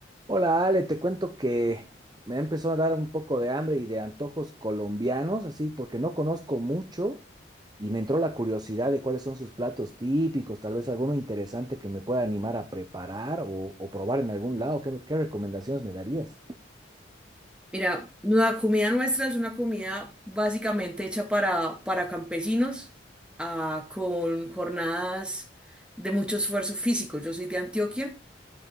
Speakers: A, on the right; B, in the centre.
A: Hola Ale, te cuento que me empezó a dar un poco de hambre y de antojos colombianos, así porque no conozco mucho y me entró la curiosidad de cuáles son sus platos típicos, tal vez alguno interesante que me pueda animar a preparar o, o probar en algún lado. ¿Qué, me- qué recomendaciones me darías?
B: Mira, la comida nuestra es una comida básicamente hecha para, para campesinos, ah, con jornadas de mucho esfuerzo físico. Yo soy de Antioquia,